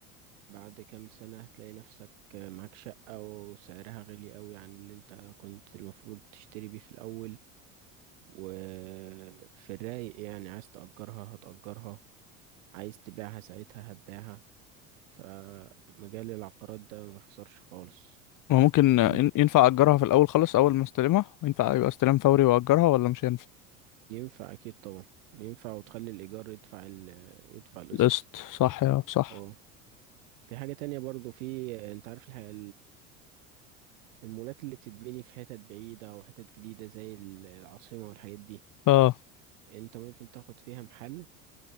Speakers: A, on the right; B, on the left.
A: بعد كام سنة هتلاقي نفسك معاك شقة وسعرها غالي أوي عن اللي انت كنت المفروض تشتري بيه في الأول وفي الرايق يعني عايز تأجرها هتأجرها عايز تبيعها ساعتها هتبيعها فمجال العقارات ده ما بيخسرش خالص
B: ما ممكن ين-
A: ممكن
B: ينفع اجرها في الاول خالص اول ما استلمها ينفع يبقى استلام فوري واجرها ولا مش هينفع
A: ينفع اكيد طبعا ينفع وتخلي الايجار يدفع ال يدفع القسط
B: قسط صح يا صح
A: اه في حاجة تانية برضو في انت عارف الحاجة المولات اللي بتتبني في حتت بعيدة وحتت جديدة زي ال- العاصمة والحاجات دي
B: اه
A: انت ممكن تاخد فيها محل